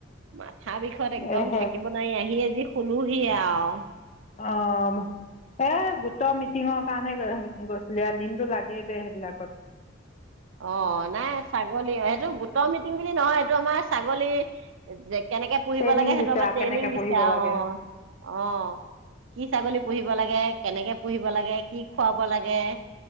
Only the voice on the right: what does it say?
মাথা বিষত একদম
থাকিব নোৱাৰি আহি এজি খুলোহি আৰু
অ, নাই ছাগলী সেইটো গোটৰ মিটিং বুলি নহয় এইটো আমাৰ ছাগলী যে কেনেকে পোঢ়িব
লাগে
সেইটো আমাৰ
ট্ৰেইনিং
দিছে
আৰু
অ, অ, কি ছাগলী পুহিব লাগে কেনেকে পুহিব লাগে কি খুৱাব লাগে,